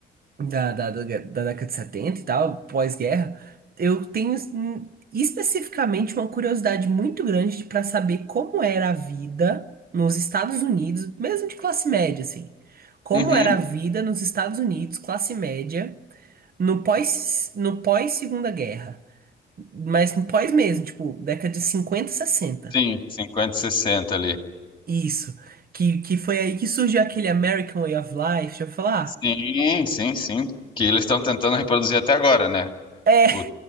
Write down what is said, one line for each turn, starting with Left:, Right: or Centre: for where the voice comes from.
Right: da, da, da, da década de 70 e tal, pós-guerra, eu tenho hum, especificamente uma curiosidade muito grande para saber como era a vida nos Estados Unidos, mesmo de classe média, assim. Como
Left: Uhum.
Right: era a vida nos Estados Unidos, classe média, no pós, no pós-Segunda Guerra. Mas no pós mesmo, tipo, década de 50 sessenta
Left: Sim, cinquenta, e 60 ali.
Right: Isso. Que, que foi aí que surgiu aquele American Way of Life, já vou falar?
Left: Sim, sim, sim. Que eles estão tentando reproduzir até agora, né?
Right: é
Left: O